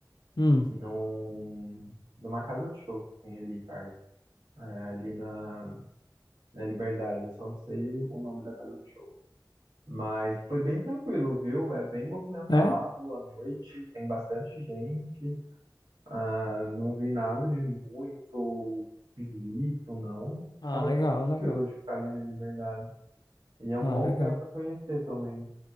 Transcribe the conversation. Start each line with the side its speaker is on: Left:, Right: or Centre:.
Left: Hum.
Right: num, numa casa de shows que tem ali perto, é, ali na, na Liberdade. Eu só não sei o nome da casa de show. Mas foi bem tranquilo, viu? É bem movimentado
Left: É?
Right: à noite, tem bastante gente. Ah, não vi nada de muito esquisito, não.
Left: Ah,
Right: Então
Left: legal,
Right: é bem
Left: legal.
Right: tranquilo de ficar ali na Liberdade. E é um
Left: Ah,
Right: bom
Left: legal.
Right: lugar para conhecer também.